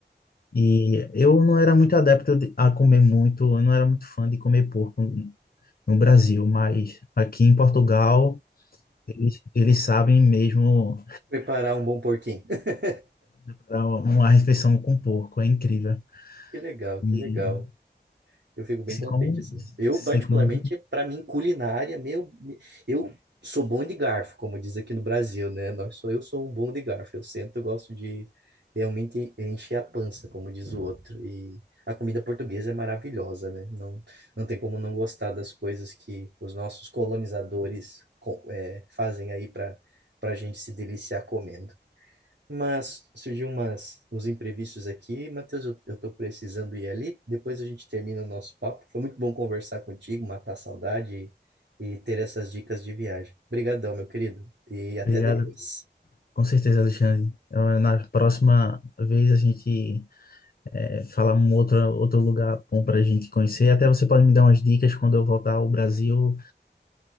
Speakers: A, on the left; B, on the right.
A: E eu não era muito adepto de- a comer muito, eu não era muito fã de comer porco no no Brasil, mas aqui em Portugal eles, eles sabem mesmo
B: Preparar um bom porquinho. <laughs>
A: preparar uma refeição com porco, é incrível.
B: Que legal,
A: E
B: que legal. Eu fico bem
A: se
B: contente,
A: come,
B: assim. Eu,
A: se
B: particularmente,
A: come.
B: para mim, culinária, meu, eu sou bom de garfo, como diz aqui no Brasil, né? Nós sou, eu sou um bom de garfo. Eu sento, eu gosto de realmente encher a pança, como diz o outro. E a comida portuguesa é maravilhosa, né? Não, não tem como não gostar das coisas que os nossos colonizadores co- é, fazem aí para para a gente se deliciar comendo. Mas surgiu umas, uns imprevistos aqui. Matheus, eu, eu tô precisando ir ali. Depois a gente termina o nosso papo. Foi muito bom conversar contigo, matar a saudade e, e ter essas dicas de viagem. Obrigadão, meu querido. E até
A: Obrigado,
B: depois.
A: com certeza, Alexandre. Eu- Na próxima vez a gente é, fala um outro, outro lugar bom para a gente conhecer. Até você pode me dar umas dicas quando eu voltar ao Brasil.